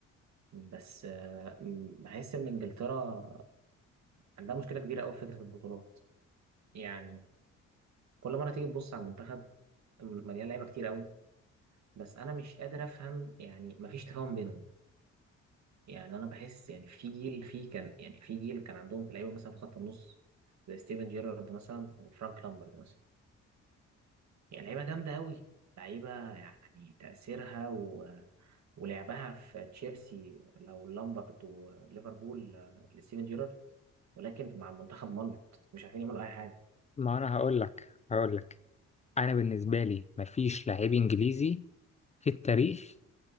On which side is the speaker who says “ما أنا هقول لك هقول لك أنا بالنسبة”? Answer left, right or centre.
Left